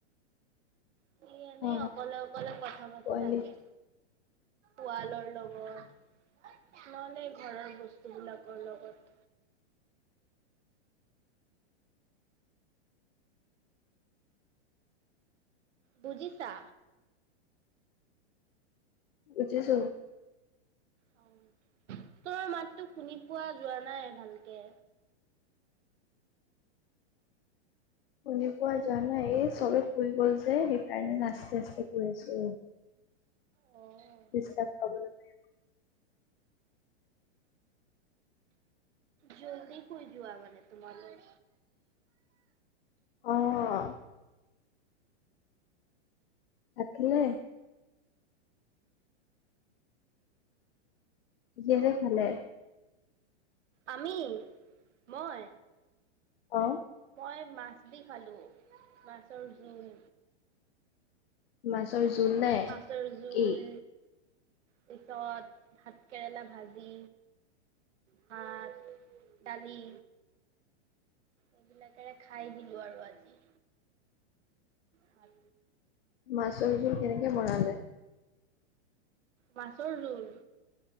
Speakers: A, on the right; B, on the left.
A: সি এনেই
B: অ
A: অকলে অকলে কথা পাতি
B: পোৱালি
A: থাকে। ওৱালৰ লগত, নহ'লে ঘৰৰ বস্তুবিলাকৰ লগত বুজিছা?
B: বুজিছো।
A: ত' মাতটো শুনি পোৱা যোৱা নাই ভালকে?
B: শুনি পোৱা যোৱা নাই? এই চবেই শুই গ'ল যে সেইকাৰণে আস্তে আস্তে কৈ আছো।
A: অ'।
B: ডিষ্টাব পাবলে নাই।
A: জল্দি শুই যোৱা মানে তোমালোক?
B: অ'। ভাত খালে? কিহেৰে খালে?
A: আমি, মই।
B: অ'।
A: মই মাছ দি খালোঁ, মাছৰ জোল।
B: মাছৰ জোল নে
A: মাছৰ জোল
B: কি?
A: পিছত ভাত কেৰেলা ভাজি ভাত দালি এইবিলাকেৰে খাই দিলো আৰু আজি। ভাত
B: মাছৰ জোল কেনেকে বনালে?
A: মাছৰ জোল?